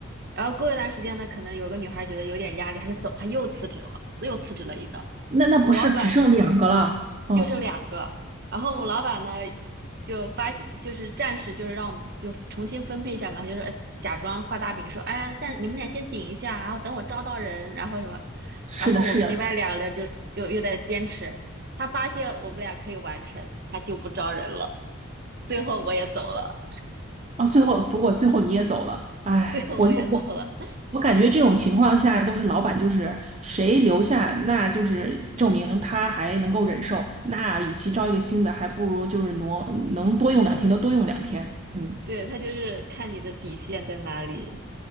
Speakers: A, on the right (about 50°); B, on the right (about 35°).
A: 然后过一段时间呢，可能有个女孩觉得有点压力，她就走，她又辞职了，又辞职了一个。
B: 那那不是只剩两个了？
A: 我们老板
B: 嗯，
A: 就剩两个，然后我们老板呢就发现，就是暂时就是让我们就重新分配一下嘛，他就是呃假装画大饼说，哎呀，暂你们俩先顶一下，然后等我招到人，然后什么，
B: 是的，
A: 然后我跟另外两个人就就又在坚持，
B: 是的。
A: 他发现我们俩可以完成，他就不招人了。最后我也走了，
B: 哦，最后不过最后你也走了，哎，
A: 最后我也走了。
B: 我就我我感觉这种情况下都是老板，就是谁留下，那就是证明他还能够忍受，那与其招一个新的，还不如就是挪能多用两天就多用两天，嗯，
A: 对，他就是看你的底线在哪里，